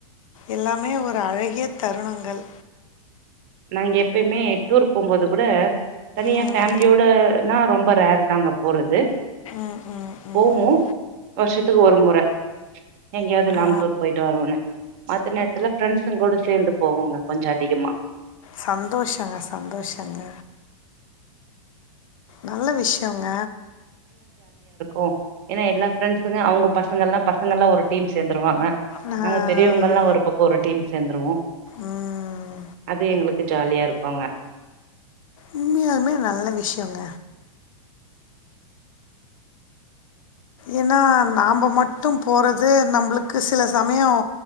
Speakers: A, on the left; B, on the right.
A: எல்லாமே ஒரு அழகிய தருணங்கள்
B: நாங்க எப்பயுமே டூர் போம்போது கூட தனியா
A: ம்
B: ஃபேமிலியோடனா ரொம்ப ரேர் தாங்க போறது
A: ம் ம்
B: போவோம்
A: ம்
B: வருஷத்துக்கு ஒரு முறை எங்கேயாவது
A: ஆ
B: லாங் டூர் போயிட்டு வருரவோனே மத்த நேரத்துல ஃப்ரெண்ட்சுங் கூட சேர்ந்து போவோங்க கொஞ்சம் அதிகமா
A: சந்தோஷங்க சந்தோஷங்க நல்ல விஷியோங்க
B: ஓ ஏன்னா எல்லா ஃப்ரெண்ட்ஸுங்க அவங்க பசங்க எல்லாம் பசங்க எல்லாம் ஒரு டீம் சேர்ந்துருவாங்க
A: நான்
B: நாங்க பெரியவங்கல்லாம் ஒரு பக்கம் ஒரு டீம் சேர்ந்துருவோம்
A: ம்,
B: அது எங்களுக்கு ஜாலியா இருக்கோங்க
A: உண்மையாலுமே நல்ல விஷியோங்க ஏன்னா நாம மட்டும் போறது நம்மளுக்கு சில சமயம்